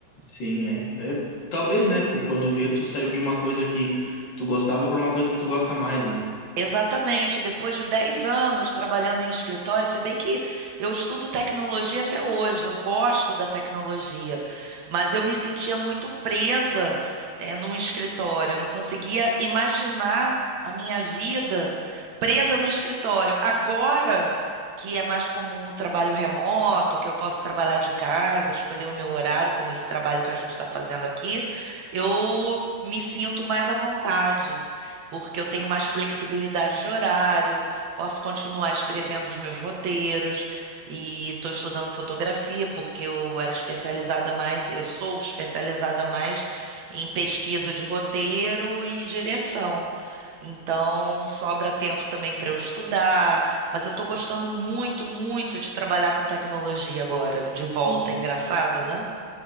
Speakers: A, on the left; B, on the right.
A: sim, é. É, talvez, né, cu- quando vê, tu saiu de uma coisa que tu gostava pra uma coisa que tu gosta mais, né?
B: Exatamente, depois de 10 anos trabalhando em escritório, se bem que eu estudo tecnologia até hoje, eu gosto da tecnologia, mas eu me sentia muito presa, eh, num escritório, eu não conseguia imaginar a minha vida presa no escritório. Agora que é mais comum o trabalho remoto, que eu posso trabalhar de casa, escolher o meu horário, como esse trabalho que a gente está fazendo aqui, eu me sinto mais à vontade porque eu tenho mais flexibilidade de horário, posso continuar escrevendo os meus roteiros e estou estudando fotografia porque eu era especializada mais, eu sou especializada mais em pesquisa de roteiro e direção. Então, sobra tempo também para eu estudar, mas eu estou gostando muito, muito de trabalhar com tecnologia agora, de volta,
A: Sim.
B: é engraçado, né?